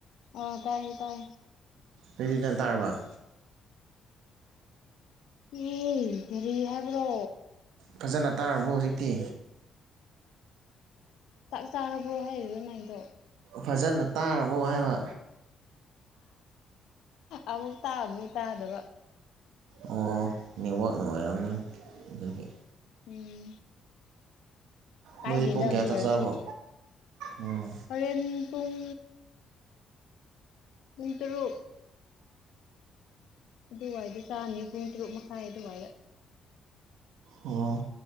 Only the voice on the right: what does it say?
ꯔꯦꯕꯤꯟꯁꯟ ꯇꯥꯔꯕ
ꯐꯖꯅ ꯇꯥꯔꯕꯣ ꯍꯧꯖꯤꯛꯇꯤ
ꯐꯖꯅ ꯇꯥꯔꯕꯣ ꯍꯥꯏꯕ
ꯑꯣ ꯅꯦꯠꯋꯥꯛꯅ ꯑꯣꯏꯔꯝꯅꯤ ꯑꯗꯨꯒꯤ
ꯅꯣꯏꯗꯤ ꯄꯨꯡ ꯀꯌꯥ
ꯆꯛ
ꯆꯥꯕꯣ ꯎꯝ
ꯑꯣ